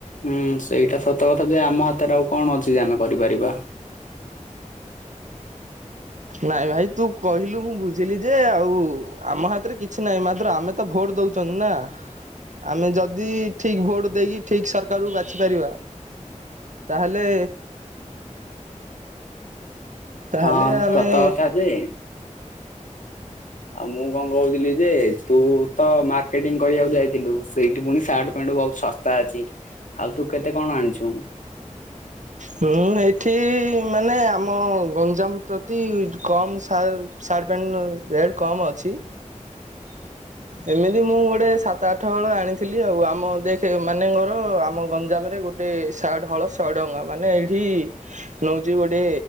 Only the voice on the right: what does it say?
ନାଇଁ ଭାଇ ତୁ କହିଲୁ ମୁଁ ବୁଝିଲି ଯେ ଆଉ ଆମ ହାତରେ କିଛି କି ନାଇଁ ମାତ୍ର ଆମେ ତ ଭୋଟ ଦଉଛନ୍ତି ନା ଆମେ ଯଦି ଠିକ ଭୋଟ୍ ଦେଇକି ଠିକ ସରକାରକୁ ବାଛିପାରିବା। ତା ହେଲେ ତାହେଲେ
ଆମେ
ମୁଁ ଏଇଠି ମାନେ ଆମ ଗଞ୍ଜାମ ପ୍ରତି କମ୍ ସାର୍ ସାର୍ଟ ପଣ୍ଟ ରେଟ୍ କମ୍ ଅଛି ଏମିତି ମୁଁ ଗୋଟେ ସାତ ଆଠ ହଳ ଆଣିଥିଲି ଆଉ ଆମ ଦେଖ ମାନେଙ୍କର ଆମ ଗଞ୍ଜାମରେ ଗୋଟେ ଗୋଟେ ସାର୍ଟ ହଳ ଶହେ ଟଙ୍କା ମାନେ ଏଇଠି ନେଉଛି ଗୋଟେ